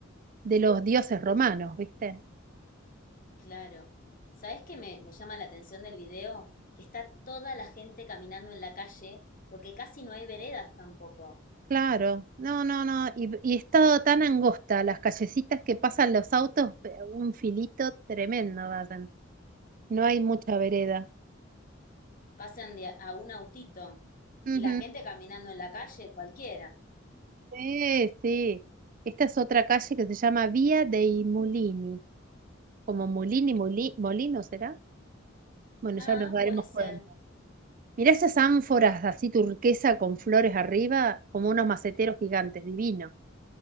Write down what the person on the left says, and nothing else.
Claro. ¿Sabes qué me, me llama la atención del video? Que está toda la gente caminando en la calle, porque casi no hay veredas tampoco.
Pasan de a- a un autito.
Y la gente caminando en la calle, cualquiera.
Ah,
puede ser.